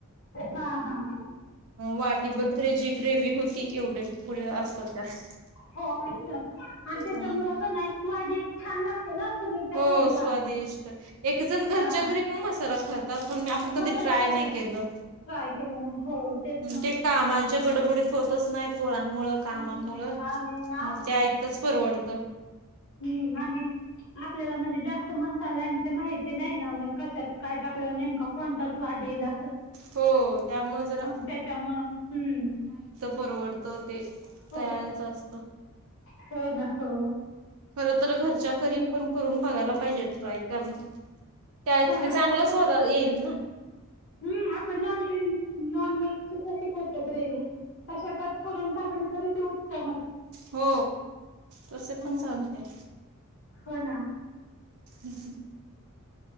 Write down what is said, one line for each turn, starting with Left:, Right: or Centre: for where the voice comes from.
Left: हा हा
Right: वाटीभर तर जी ग्रेवी होती एवढे पुढ असतात त्यात
Left: हो आणि त्याच्यामुळे
Right: हम्म
Left: का नाही स्वाद एक छान लागतो ना पनीरच्या
Right: हो
Left: भाजीला
Right: स्वादिष्ट एक जण घरच्या
Left: हा
Right: घरी पण म सार खरतात पण मी आपण कधी
Left: मसाला
Right: ट्राय
Left: करतात
Right: नाही केलं
Left: ट्राय केलं नाही हो तेच ना
Right: ते कामांच्या गडबडीत होतच नाही पोरांमुळ कामामुळं
Left: हम्म आणि
Right: मग ते आयतच परवडतं
Left: ह् आणि आपल्याला म्हणजे जास्त मसाल्यांच्या माहिती ते नाही ना मग कशात काय टाकलंवर नेमका कोणता स्वाद येला
Right: हो त्यामुळे जरा
Left: हा त्याच्यामुळं हम्म
Right: परवडत ते
Left: हो
Right: तयारच असत
Left: हो ना हो
Right: खर तर घरच्या खरी
Left: हं
Right: पण करून बघायला पाहिजेत ट्राय करून त्या
Left: छान
Right: ते चांगलं स्वत येईल ना
Left: हम्म आपण नॉन व्हेज नॉन व्हेज शिकवतो ग्रेवी तशा टाईप करून टाकली तरी ती उत्तमच
Right: हो तसे
Left: हं
Right: पण चालते हम्
Left: हो ना
Right: हम्